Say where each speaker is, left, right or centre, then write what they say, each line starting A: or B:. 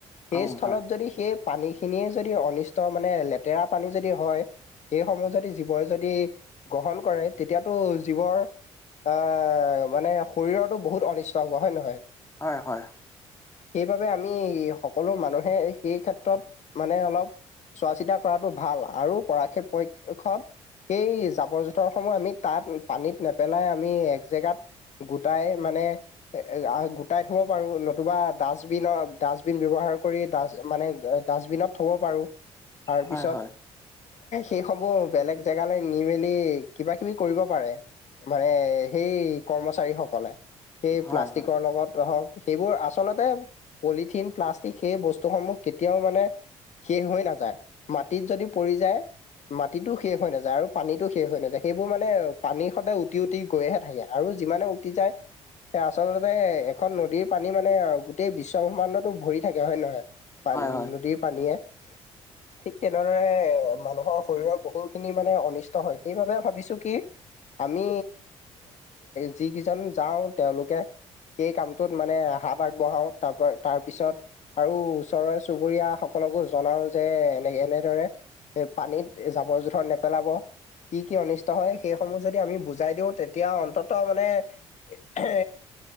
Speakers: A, on the left; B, on the left.
A: সেই
B: উম
A: স্থলত
B: হয়
A: যদি সেই পানী খিনিয়ে যদি অনিষ্ট মানে লেতেৰা পানী যদি হয় সেইসমূহ যদি জীৱই যদি গ্ৰহণ কৰে তেতিয়াতো জীৱৰ অ মানে শৰীৰতো বহুত অনিষ্ট হ'ব হয় নহয়
B: হয় হয়
A: সেইবাবে আমি সকলো মানুহে সেই ক্ষেত্ৰত মানে অলপ চোৱা চিতা কৰাটো ভাল আৰু পৰাক্ষেপ খ সেই জাবৰ জোঁথৰ সমূহ আমি তাত পানীত নেপেলাই আমি এক জেগাত গোটাই মানে আহ গুটাই থ'ব পাৰোঁ নতুবা ডাষ্টবিনত ডাষ্টবিন ব্যৱহাৰ কৰি ডাষ্ট মানে ডাষ্টবিনত থ'ব পাৰোঁ তাৰ
B: হয়
A: পিছত
B: হয়
A: সেইসমূহ বেলেগ জেগালৈ নি মেলি কিবা কিবি কৰিব পাৰে মানে সেই কৰ্মচাৰী সকলে সেই
B: হয়
A: প্লাষ্টিকৰ
B: হয়
A: লগত হক সেইবোৰ আচলতে পলিথিন প্লাষ্টিক সেই বস্তুসমূহ কেতিয়াও মানে শেষ হৈ নাযায় মাটিত যদি পৰি যায় মাটিতো শেষ হৈ নাযায় আৰু পানীটো শেষ হৈ নাযায় সেইবোৰ মানে পানীৰ সদায় উটি উঠ উটি গৈহে থাকে আৰু যিমানে উটি যায় স আচলতে এখন নদীৰ পানী মানে গোটেই বিশ্বব্ৰহ্মাণ্ডতো ভৰি থাকে হয় নে নহয় পান
B: হয় হয়
A: নদীৰ পানীয়ে ঠিক তেনেদৰে মানুহৰ শৰীৰৰ বহুতখিনি মানে অনিষ্ট হয় সেইবাবে ভাবিছোঁ কি আমি যিকেইজন যাওঁ তেওঁলোকে সেই কামটোত মানে হাত আগবঢ়াও তাৰপ তাৰ পিছত আৰু ওচৰৰে চুবুৰীয়া সকলকো জনাও যে এনে এনেদৰে এ পানীত জাবৰ জোথৰ নেপেলাব কি কি অনিষ্ট হয় সেইসমূহ যদি আমি বুজাই দিওঁ তেতিয়া অন্তত মানে এ